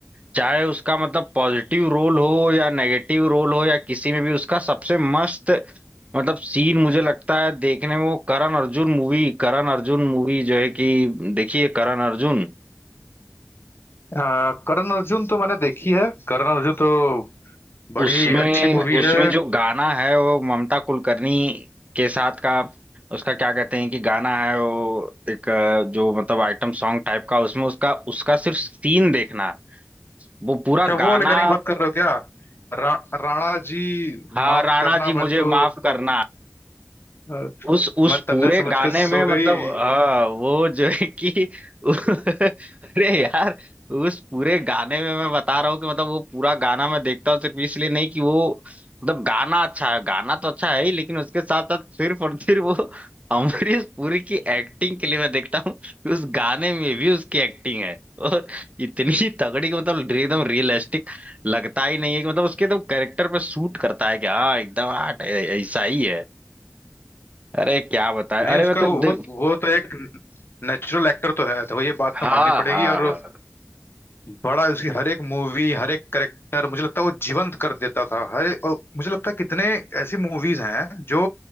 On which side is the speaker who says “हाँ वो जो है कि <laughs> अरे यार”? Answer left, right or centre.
Right